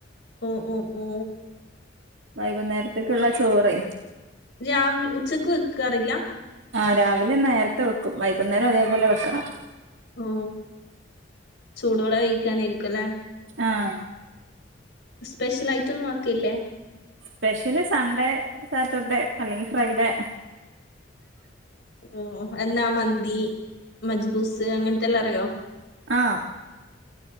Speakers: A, on the left; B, on the right.
A: ഓ ഓ ഓ
B: വൈകുന്നേരത്തേക്കുള്ള ചോറ്
A: രാവ് ഉച്ചക്ക് വെക്കാറില്ല
B: ആ രാവിലെ നേരത്തെ വെക്കും വൈകുന്നേരം അതേപോലെ വെക്കണം
A: ഓ ചൂടോടെ കഴിക്കാനായിരിക്കും ക്ക്ലേ
B: ആഹ്
A: സ്പെഷ്യൽ ആയിട്ടൊന്നും ആക്കിയില്ലേ
B: സ്പെഷ്യൽ സൺഡേ സാറ്റർഡേ അല്ലെങ്കിൽ ഫ്രൈഡേ
A: ഉം എന്നാ മന്തി മജ്ബൂസ് അങ്ങനത്തെ എല്ലാം അറിയോ
B: ആ